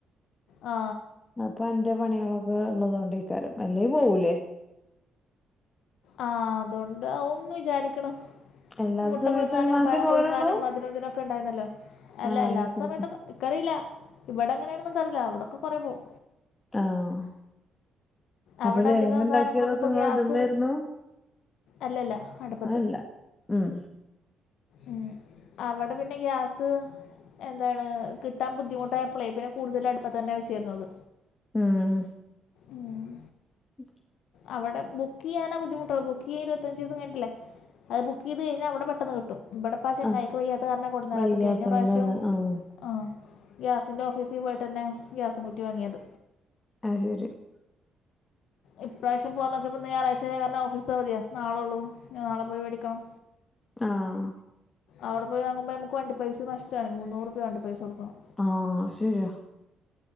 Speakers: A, on the left; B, on the left.
A: ആ
B: അപ്പോ എന്റെ പണികളൊക്കെ ഉള്ളത് കൊണ്ട് ഇക്കാര് അല്ലെ പോവൂലേ.
A: ആ അതൊണ്ട് ആവുന്ന് വിചാരിക്കണു.
B: അല്ലാത്ത
A: മുട്ട
B: സമയത്ത്
A: പുഴുങ്ങാനും
B: ഒരു മാസേ
A: പഴം
B: പോവലുള്ളൂ
A: പുഴുങ്ങാനും അതിനും ഇതിനൊക്കെ ഉണ്ടായിരുന്നല്ലോ അല്ല
B: ആഹ് അയിനൊക്കെ
A: അല്ലാത്ത സമയത്തൊക്കെ എനിക്കറിയില്ല ഇവിടെ എങ്ങനെയാണെന്ന് അറിയില്ല അവിടൊക്കെ കുറെ പോവും.
B: ആഹ്
A: അവിടെ
B: അപ്പൊ ലേഹ്യം
A: അധികം
B: ഉണ്ടാക്കിയതൊക്കെ
A: സാധനങ്ങളൊന്നും ഇപ്പോ
B: നിങ്ങള്
A: ഗ്യാസ്
B: ഇതുമ്മേരുന്നു
A: അല്ലല്ല അടുപ്പത്ത്.
B: അല്ല ഉം
A: ഉം അവിടെ പിന്നെ ഗ്യാസ് എന്താണ് കിട്ടാൻ ബുദ്ധിമുട്ടായപ്പോളേ പിന്നെ കൂടുതലും അടുപ്പ തന്നെയാണ് വെച്ചിരുന്നത്
B: ഉം
A: ഉം
B: ഉം
A: അവിടെ ബുക്ക് ചെയ്യാനെ ബുദ്ധിമുട്ടുള്ള ബുക്ക് ചെയ്താ ഇരുപത്തഞ്ച് ദിവസം കഴിഞ്ഞിട്ടല്ലേ അത് ബുക്ക് ചെയ്ത് കഴിഞ്ഞാൽ ഇവിടെ പെട്ടെന്ന് കിട്ടും ഇവിടെ ഇപ്പാ ചങ്ങായിക്ക്
B: ആഹ്
A: വയ്യാത്ത കാരണം കൊടുന്നരാത്ത
B: വൈകാത്തോണ്ടാണ്
A: കഴിഞ്ഞ പ്രാവശ്യവും
B: ആഹ്
A: ആ ഗ്യാസിൻ്റെ ഓഫീസിൽ പോയിട്ട് തന്നെ ഗ്യാസും കുറ്റി വാങ്ങിയത്
B: <unintelligible>
A: ഇപ്രാവശ്യം പോകാന്നോക്കിയപ്പോ <unintelligible> ഓഫീസ് അവതിയാ നാളെള്ളൂ ഇനി നാളെ പോയി മേടിക്കണം
B: ആഹ്
A: അവിടെ പോയി വാങ്ങുമ്പോ നമുക്ക് വേണ്ടി പൈസ നഷ്ടാണേ മുന്നൂറുപ്യാ വണ്ടി പൈസ കൊടുക്കണം
B: ആഹ് ശരിയാ